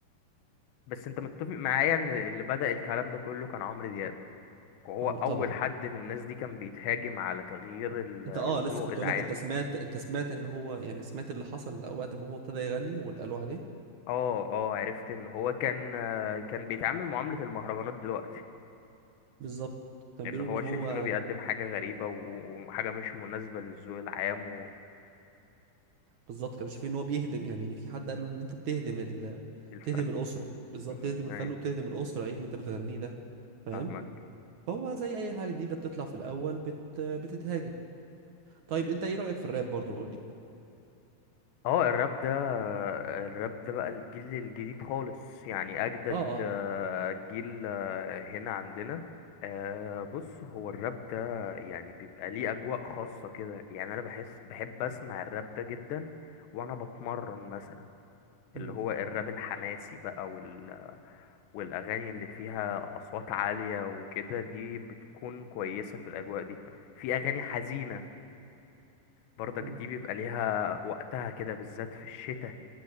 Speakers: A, on the left; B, on the right.
A: بس أنت متفق معايا إن اللي بدأ الكلام ده كله كان عمرو دياب وهو
B: عم-
A: اول
B: طبعا
A: حد من الناس دي كان بيتهاجم على تغيير ال-
B: انت
A: الذوق
B: اه لسه كنت
A: العام
B: اقول لك انت سمعت انت سمعت ان هو يعني سمعت اللي حصل وقت ما هو ابتدى يغني واللي قالوا عليه
A: اه اه عرفت ان هو كان آه، كان بيتعامل معاملة المهرجانات دلوقتي
B: بالظبط كان
A: اللي
B: بيقولوا
A: هو
B: ان هو
A: شايفينه بيقدم حاجة غريبة و- وحاجة مش مناسبة للذوق العام
B: بالظبط كانوا شايفين ان هو بيهدم يعني في حد قال له ان انت بتهدم ال...
A: والفن
B: بتهدم الاسره بالظبط
A: امم
B: بتهدم الفن
A: ايوه
B: وبتهدم الاسره ايه اللي انت بتغنيه ده فاهم
A: فاهمك
B: فهو زي اي حاجه جديده بتطلع في الاول بت... بتتهاجم طيب انت ايه رايك في الراب برضه قول لي
A: اه الراب ده الراب ده بقى الجيل الجديد خالص يعني اجدد
B: اه اه
A: آه، جيل آه، هنا عندنا آه، بص هو الراب ده يعني بيبقى ليه اجواء خاصة كده يعني انا بحس بحب اسمع الراب ده جدا وانا بتمرن مثلا
B: امم
A: اللي هو الراب الحماسي بقى وال... والاغاني اللي فيها اصوات عالية وكده دي بتكون كويسة في الاجواء دي في اغاني حزينة برضك
B: امم
A: دي بيبقى ليها وقتها كده بالذات في الشتاء